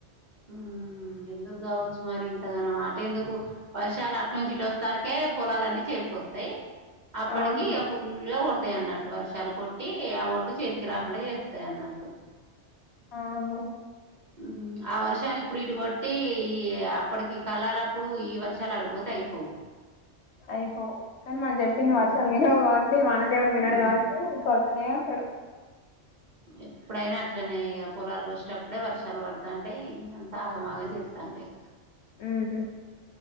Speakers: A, on the right (about 45°); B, on the left (about 70°).
A: మ్మ్ ఎందుకు కావచ్చు మరి ఇంతగానం అట ఎందుకు వర్షాలు అటు నుంచి ఇటు వస్తారకే పొలలున్నీ చేదుకోవ స్తాయి అప్పటికి
B: ఆహా
A: ఇగ ఫుల్ గా కొడ వస్తాయ్ అన్నట్టు వర్షాలు కొట్టి ఆ ఒడ్డు చేతికి రాకుండా చేస్తాయి అన్నట్టు
B: ఆ హ
A: మ్మ్ ఆ వర్షాలు ఇప్పుడు ఇటు కొట్టి ఈ అప్పటికి కలాలప్పుడు ఈ వర్షాలు అడిపోతే అయిపోవు
B: అయిపో కానీ మనం చెప్పింది వర్షాలు
A: మ్మ్
B: వినవ్ కాబట్టి వానదేవుడు వినడు
A: మ్మ్
B: కాబట్టి ఇంకా కోడ్తనే ఉంటాడు
A: ఎ ఇప్పుడైనా అట్లనే ఇగ పొలాలు వచ్చేటప్పుడే వర్షాలు పడుతాంటేయి అంత ఆగమాగం చెత్తంటాయి
B: మ్మ్ హు